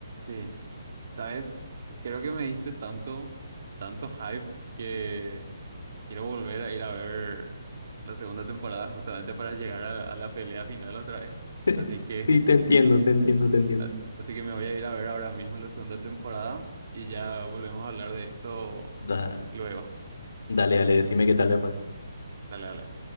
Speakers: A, on the right; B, on the left.
A: Sí, ¿sabes? Creo que me diste tanto, tanto hype que... Quiero volver a ir a ver la segunda temporada justamente para llegar a la, a la pelea final otra vez.
B: <laughs>
A: Así que,
B: Sí, te entiendo, te entiendo,
A: <laughs>
B: te entiendo.
A: a- así que me voy a ir a ver ahora mismo la segunda temporada y ya volvemos a hablar de esto
B: Da-
A: luego.
B: dale, dale, decime qué tal después.
A: Dale, dale.